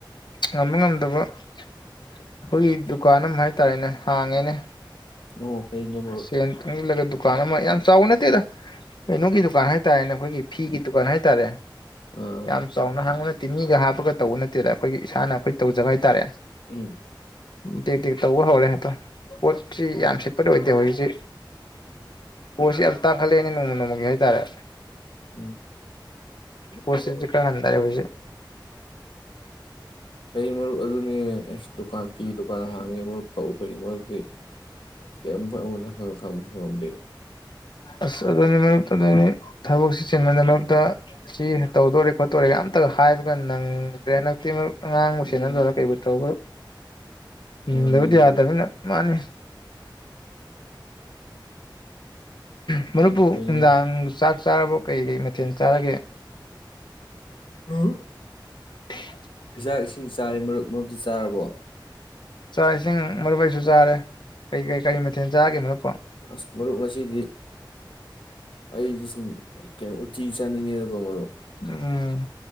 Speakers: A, on the left; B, on the left.
A: ꯉꯝꯕ ꯉꯝꯗꯕ ꯑꯩꯈꯣꯏꯒꯤ ꯗꯨꯀꯥꯟ ꯑꯃ ꯍꯥꯏ ꯇꯥꯔꯦꯅꯦ ꯍꯥꯡꯉꯦꯅꯦ
B: ꯑꯣ ꯐꯩꯅꯦ ꯃꯔꯨꯞ
A: ꯁꯟ ꯇꯣꯪꯖꯤꯜꯂꯒ ꯗꯨꯀꯥꯟ ꯑꯃ ꯌꯥꯝ ꯆꯥꯎꯕ ꯅꯠꯇꯦꯗ ꯀꯩꯅꯣꯒꯤ ꯗꯨꯀꯥꯟ ꯍꯥꯏꯇꯥꯔꯦꯅꯦ ꯑꯩꯈꯣꯏꯒꯤ ꯐꯤꯒꯤ ꯗꯨꯀꯥꯟ ꯍꯥꯏꯇꯥꯔꯦ
B: ꯑꯥ
A: ꯌꯥꯝ ꯆꯧꯅ ꯍꯉꯅ ꯇꯤꯅꯤꯒ ꯍꯥꯞꯄꯒ ꯇꯧꯕ ꯅꯠꯇꯦꯗ ꯑꯩꯈꯣꯏꯒꯤ ꯏꯁꯥꯅ ꯑꯩꯈꯣꯏ ꯇꯧꯖꯕ ꯍꯥꯏꯇꯥꯔꯦ
B: ꯎꯝ
A: ꯇꯦꯛ ꯇꯦꯛ ꯇꯧꯕ ꯍꯧꯔꯦ ꯍꯦꯛꯇꯣ ꯄꯣꯠꯁꯤ ꯌꯥꯝ ꯁꯤ ꯠꯇ ꯑꯣꯏꯗꯦ ꯍꯧꯖꯤꯛꯁꯤ ꯄꯣꯠꯁꯤ ꯌꯥꯝ ꯇꯥꯡꯈꯠꯂꯛꯑꯦꯅꯦ ꯅꯣꯡꯃ ꯅꯣꯡꯃꯒꯤ ꯍꯥꯏꯇꯥꯔꯦ
B: ꯎꯝ
A: ꯄꯁꯤ ꯀ ꯑꯗꯔꯦ ꯍꯧꯁ
B: ꯑꯩ ꯃꯔ ꯑꯗꯨꯅꯤ ꯗꯨꯀꯥꯟ ꯐꯤ ꯗꯨꯀꯥꯟ ꯍꯥꯡꯉꯦ ꯃꯣꯏ ꯐꯧ ꯐꯩ ꯃꯔꯗꯤ ꯀꯔꯤꯝ ꯑꯩꯉꯣꯟꯗꯪꯕ ꯉꯝꯗꯦꯅꯦ
A: ꯑꯁ ꯑꯗꯨꯅꯤ ꯃꯔꯨꯞ ꯑꯗꯨꯅꯤ ꯊꯕꯛꯁꯤ ꯆꯤꯟꯕꯅꯤ ꯃꯔꯨꯞꯛꯇ ꯁꯤ ꯇꯧꯗꯣꯔꯦ ꯈꯣꯠꯇꯣꯔꯦ ꯑꯇ ꯍꯥꯏꯕꯒ ꯅꯪꯗ꯭ꯔꯦ ꯍ ꯅꯛꯇꯤ ꯃꯔꯨꯞ ꯑꯥꯡꯕꯨ
B: ꯎꯝ
A: ꯁꯅꯗꯔꯥ ꯀꯩꯕꯨ ꯇ꯭ꯔꯥꯎ ꯎꯝ
B: ꯃꯥꯅꯤꯅꯦ
A: ꯂꯩꯗꯤ ꯌꯥꯗꯅ
B: ꯃꯔꯨꯞ
A: ꯃꯥꯅꯤ ꯎ ꯃꯔꯄꯨ
B: ꯐꯩꯅꯦ
A: ꯏ ꯆ ꯆꯥꯔꯕꯣ ꯀꯩ ꯀꯩ ꯃꯊꯦꯜ ꯆꯥꯔꯒꯦ
B: ꯑꯝ
A: <inaudible>
B: ꯆꯤꯟꯖꯥꯛ ꯏꯁꯤꯡ ꯆꯥꯔꯤ ꯃꯔꯨꯞ ꯃꯔꯨꯞꯇꯤ ꯆꯥꯔꯕꯣ
A: ꯆꯥꯛ ꯏꯁꯤꯡ ꯃꯔꯨꯞꯩꯁꯨ ꯆꯥꯔꯦ ꯀꯩ ꯀꯩ ꯀꯩ ꯃꯊꯦꯜ ꯆꯥꯒꯦ ꯃꯔꯨꯞ
B: ꯑꯁ ꯃꯔꯔ ꯃꯁꯤꯁꯤꯗꯤ ꯑꯩꯁꯦ ꯁꯨꯝ ꯀꯩꯅꯣ ꯎꯇꯤ ꯆꯥꯅꯤꯡꯉꯦꯗꯀꯣ ꯃꯔꯣ
A: ꯎꯝ